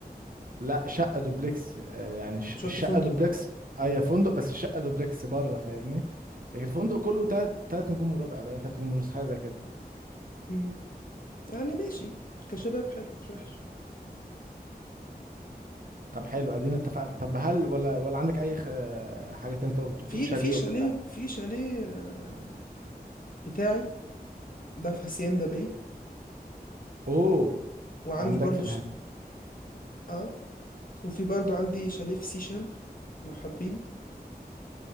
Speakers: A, on the right; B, on the left.
A: لا شقة دوبلكس آه، يعني الش-
B: مش
A: الشقة
B: قلت فندق
A: دوبلكس أي فندق بس الشقة دوبلكس بره فاهمني لكن الفندق كله تلات تلات نجوم وربع بقى يعني تلات نجوم ونص حاجة زي كده
B: امم يعني ماشي كشباب حلو مش وحش
A: طب حلو ادينا اتفقنا طب هل ولا ولا عندك اي خ- آه، حاجه تانية؟ انت كنت
B: في
A: بتقول شاليه
B: في شاليه
A: وبتاع
B: في شاليه آه، بتاعي ده في هاسيندا باي
A: اوه
B: وعندي
A: عندك
B: برضو
A: في الهاتف
B: ش... اه وفي برضو عندي شاليه في سيشل لو حابين